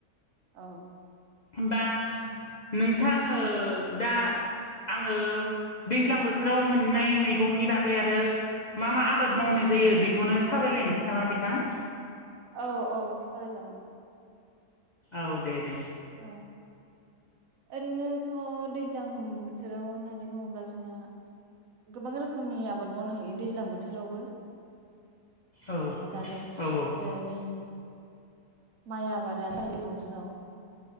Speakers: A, on the right; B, on the left.
A: औ
B: होमबा नोंथां ओ दा आङो दैज्लां बोथोराव मोननाय मैगंनि बागै आरो मा मा आबाद मावनाय जायो जायो बेखौनो साबायलायनोसै नामा बिथां
A: औ औ सावरायजागोन
B: औ दे दे
A: औ ओरैनोथ' दैज्लां बोथोराव होननानै बुङोब्ला जोङो गोबां रोखोमनि आबाद मावनो हायो दैज्लां बोथोरावबो
B: औ
A: दाथ' आरो
B: औ
A: नै माइ आबादानो जायो बोसोराव